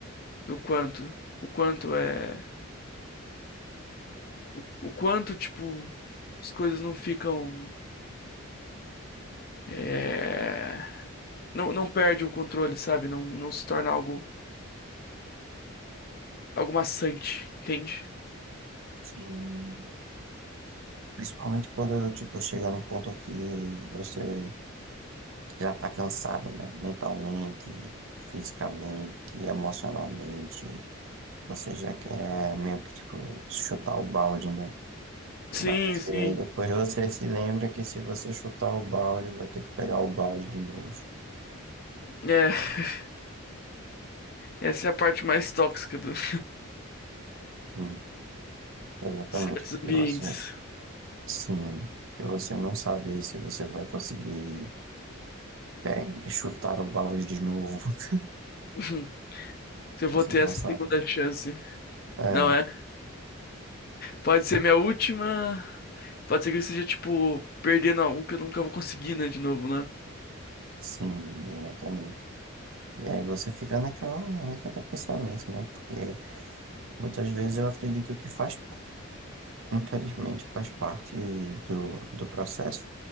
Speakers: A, on the left; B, on the right.
A: do quanto. O quanto é. O, o quanto, tipo, as coisas não ficam. É. Não, não perde o controle, sabe? Não, não se torna algo. Algo maçante, entende?
B: Sim. principalmente quando, tipo, chegar num ponto que você já tá cansado, né? Mentalmente, fisicamente, emocionalmente. Você já quer meio que, tipo, chutar o balde, né?
A: Sim,
B: Mas
A: sim.
B: e aí depois você se lembra que se você chutar o balde, vai ter que pegar o balde de novo.
A: É. <laughs> Essa é a parte mais tóxica dos
B: Hum, exatamente,
A: <laughs> certos
B: porque
A: ambientes.
B: você, sim, porque você não sabe se você vai conseguir pe- chutar o balde de novo. <laughs>
A: <laughs> Se eu
B: Você
A: vou ter
B: não
A: essa
B: sabe.
A: segunda chance.
B: É,
A: Não é? Pode ser minha última. Pode ser que eu esteja, tipo, perdendo algo que eu nunca vou conseguir, né? De novo, né?
B: sim, exatamente. E aí você fica naquela, naquela pensamento, né? Porque muitas vezes eu acredito que faz, infelizmente, faz parte do, do processo,